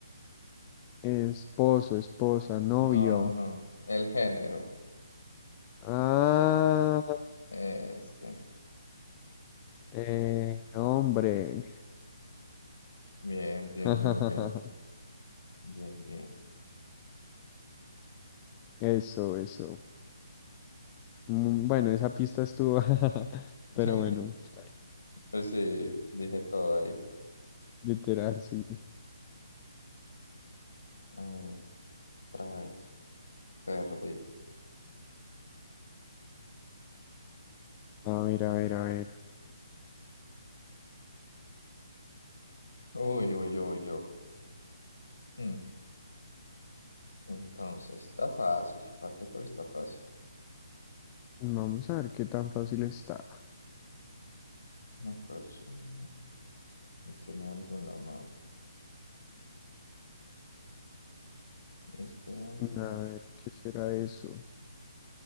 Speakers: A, on the left; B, on the left.
A: Esposo, esposa, novio.
B: No, no, no. El género.
A: Ah,
B: Este.
A: eh, hombre.
B: Bien, bien,
A: <laughs>
B: bien, bien. Bien, bien.
A: Eso, eso. Mm, Bueno, esa pista estuvo. <laughs>
B: <laughs>
A: Pero bueno, está bien.
B: Pues sí, dije todo ahí.
A: literal, sí.
B: A ver, otra vez. Perdí.
A: A ver, a ver, a ver.
B: Uy, uy, yo, uy, yo. Mm, Entonces, está fácil. ¿Para qué? Pero está fácil.
A: Vamos a ver qué tan fácil está.
B: Una persona y tiene algo en la mano. Y este algo
A: A ver, ¿qué será eso?